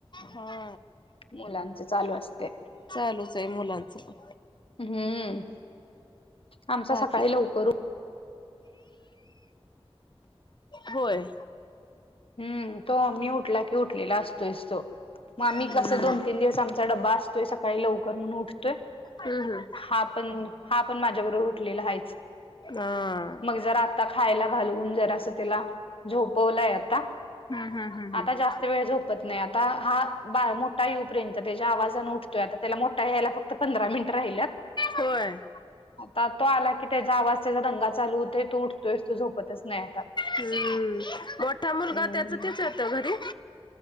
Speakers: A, on the left (about 50°); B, on the left (about 65°).
A: हा.
B: मुलांच चालू आसते.
A: चालूच आहे मुलांचं पण.
B: हुं आमचा
A: बाकी
B: सकाळी लवकर
A: होय.
B: हम्म तो मी उठला की उठलेला आसतोयस तो. म आम्ही
A: हम्म.
B: कस दोन तीन दिवसा आमचा ड्बा असतोय सकाळी लवकर म्हणू उठतोय.
A: हम्म हम्म.
B: हा पण हा पण माझ्या बरोबर उठलेला हायच
A: हा.
B: मग जरा आता खायला घालवून जरासं तेला झोपवलंय आता.
A: हम्म हम्म हम्म हम्म.
B: आता जास्त वेळ झोपत नाही आ ता हा बा मोठा येऊपर्यंत तेज्या आवाजान उठतोय आ ता तेला मोठा यायला फक्त पंधरा मिनट राहिल्यात.
A: होय.
B: आता तो आला की त्याच्या आवाज त्याचा दंगा चालू होतोय तो उठतोयस तो झोपतच नाही आता
A: हम्म मोठा मुलगा
B: हम्म
A: त्याच त्येच येतो घरी?